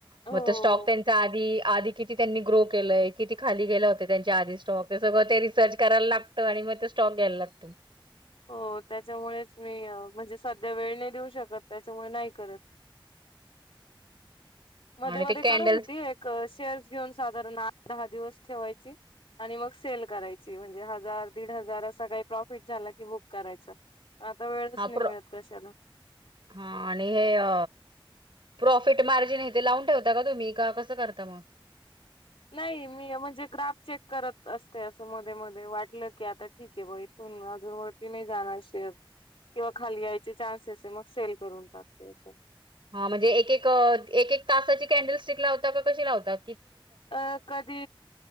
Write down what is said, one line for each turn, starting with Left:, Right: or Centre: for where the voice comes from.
Left: हो
Right: मग तो स्टॉक त्यांचा आधी, आधी. किती त्यांनी ग्रो केलंय किती खाली गेलं होते, त्यांचे आधी स्टॉक ते सगळं ते रिसर्च करायला लागतं आणि मग स्टॉक घ्यायला लागते
Left: हो त्याच्यामुळेच मी म्हणजे सध्या, वेळ नाही देऊ शकत त्याच्यामुळे नाही करत. मध्ये
Right: आणि
Left: मध्ये
Right: ते कॅन्डल्स
Left: करत होती एक शेअर्स घेऊन साधारण आठ दहा दिवस ठेवायची आणि मग सेल करायची म्हणजे हजार दीड, हजार असा काही प्रॉफिट झाला की बुक करायचं. आता वेळच
Right: हा
Left: नाही
Right: प्र
Left: मिळत कशाला.
Right: हा आणि हे अ प्रॉफिट मार्जिन हे ते लावून ठेवता का तुम्ही? का कसं करता मग?
Left: नाही मी म्हणजे ग्राफ चेक करतं अस ते असं मध्ये मध्ये वाटलं की आता ठीक आहे ब इथून अजून वरती नाही जाणार शेअर, किंवा खाली यायचे चान्ससेस आहे मग. सेल करून टाकते असं.
Right: हा म्हणजे एक एक एक एक तासाची कॅन्डल स्टिक लावता का कशी लावतात?
Left: अ कधी